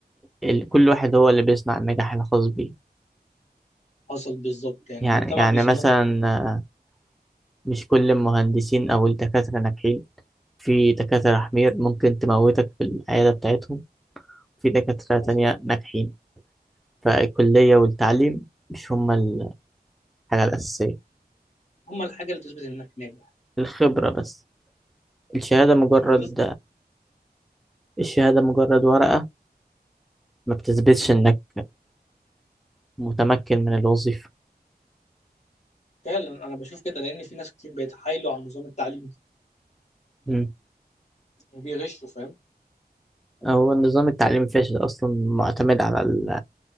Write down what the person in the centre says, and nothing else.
ال- كل واحد هو اللي بيصنع النجاح الخاص بيه
يعني
يعني
مثلا مش كل المهندسين أو الدكاترة ناجحين في دكاترة حمير ممكن تموتك في العيادة بتاعتهم في دكاترة تانية
ناجحين فالكلية والتعليم مش هما الحاجة الأساسية
الخبرة بس الشهادة مجرد
الشهادة مجرد ورقة ما بتثبتش إنك متمكن من الوظيفة
مم.
هو النظام التعليمي فاشل أصلا معتمد على ال-